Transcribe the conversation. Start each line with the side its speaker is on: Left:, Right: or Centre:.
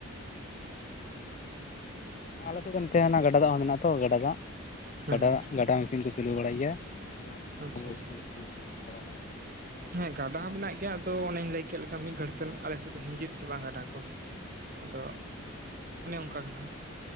Left: <inaudible> ᱟᱞᱮ ᱥᱮᱫ ᱫᱚ ᱱᱚᱛᱮ ᱱᱟᱜ ᱜᱟᱰᱟ ᱫᱟᱜ ᱦᱚᱸ ᱢᱮᱱᱟᱜ ᱛᱚ ᱜᱟᱰᱟ ᱫᱟᱜ,
Right: ᱦᱮᱸ
Left: ᱜᱟᱰᱟ
Right: ᱦᱮᱸ
Left: ᱜᱟᱰᱟ ᱢᱮᱥᱤᱱ ᱠᱚ ᱪᱟᱹᱞᱩ ᱵᱟᱲᱟᱭ ᱜᱮᱭᱟ᱾ ᱚᱱᱟ ᱫᱚ
Right: ᱟᱪᱪᱷᱟ
Left: ᱠᱚ
Right: ᱟᱪᱪᱷᱟ
Left: ᱦᱩᱲᱩ ᱠᱚ ᱟᱵᱟᱫᱟ᱾
Right: ᱦᱮᱸ ᱜᱟᱰᱟ ᱦᱚᱸ ᱢᱮᱱᱟᱜ ᱜᱮᱭᱟ ᱛᱚ ᱚᱱᱮᱧ ᱞᱟᱹᱭ ᱠᱮᱫ ᱞᱮᱠᱟ ᱢᱤᱫ ᱜᱷᱟᱹᱲᱤᱡ ᱛᱮ ᱟᱞᱮ ᱥᱮᱫ ᱫᱚ ᱦᱤᱸᱡᱤᱫ ᱪᱟᱵᱟᱜ-ᱟ ᱜᱟᱰᱟ ᱠᱚ᱾ ᱟᱫᱚ ᱚᱱᱮ ᱚᱱᱠᱟ ᱠᱟᱱᱟ᱾